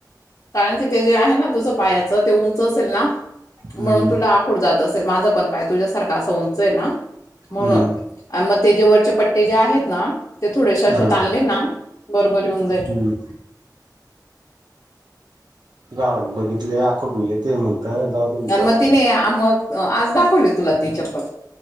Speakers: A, on the left (about 45°); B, on the right (about 75°).
A: कारण कि ते जे आहे ना तुझं पायाचं ते उंच असेल ना म्हणून
B: हम्म
A: तुला कठ जात असेल माझं पण पाय तुझ्यासारखं असं उंचय ना म्हणून
B: हम्म
A: आणि मग ते जे वरचे पट्टे जे आहेत ना ते थोडेसे असे
B: हा
A: त आणले ना बरोबर येऊन जाईल.
B: हम्म काण बघितले आखोडू येते म्हणत जाऊ. दे म्हणत
A: आणि
B: आता
A: मग तिने
B: काय.
A: मग आज दाखवली तुला ती चप्पल.